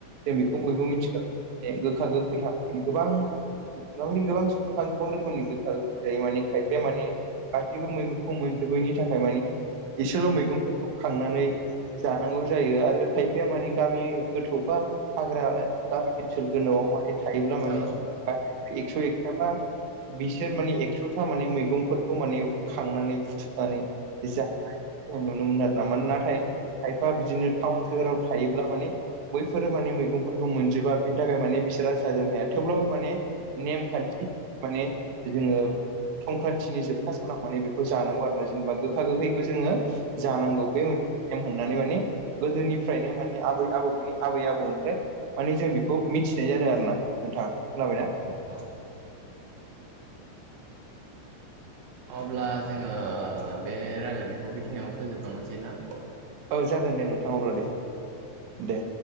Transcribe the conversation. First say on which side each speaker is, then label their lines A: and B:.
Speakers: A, on the right; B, on the right.
A: जों बेखौ बयबो मिथिखा गे गोखा गोखै <unintelligible> गोबां दा माने गोबां <unintelligible> रोखोमनि गोखा गोखै जायो माने खायफाया माने गासैबो मैगंखौ खौ मोनजोबैनि थाखाय माने इसेल' मैगंफोरखौ खांनानै जानांगौ जायो आरो। खायफाया माने गामि गोथौ बा हाग्रा गामि सोल गोनांआव माने थायोब्ला माने
B: औ नंगौ औ
A: <unintelligible> एक्स' एकथाबा बिसोर माने एक्स'था माने मैगंफोरखौ माने खांनानै बुथु माने <unintelligible> नुनो मोनो आरोना मा नाथाय खायफा बिदिनो थाउन सोहोराव थायोब्ला माने बैफोरो माने मैगंफोरखौ मोनजोबा बेनि थाखाय माने बिसोरा जाजोबनो हाया थेवब्लाबो माने नेम खान्थि माने जोङो संख्रान्थिनि जोबथा सानाव माने बेखौ जानांगौ आरो ना जेनेबा गोखा गोखैखौ जोङो जानांगौ बे <unintelligible> नेम होननानै माने गोदोनिफ्रायनो माने आबै आबौनि आबै आ अ ओमफ्राय माने जों बेखौ मिथिनाय जादों आरो ना नोंथां खोनाबायना
B: <unintelligible> अब्ला जोङो बे रायलायनायखौ बेखिनियावनो फोजोबथ'नोसै ना?
A: औ जागोन दे नोंथां अब्ला दे दे